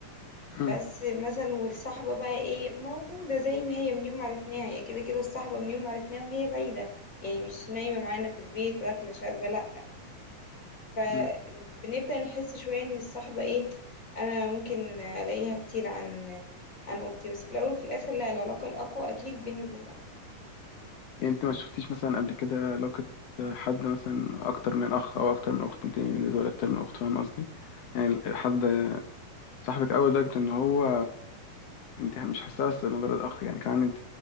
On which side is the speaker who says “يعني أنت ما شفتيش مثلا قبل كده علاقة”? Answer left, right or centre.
Left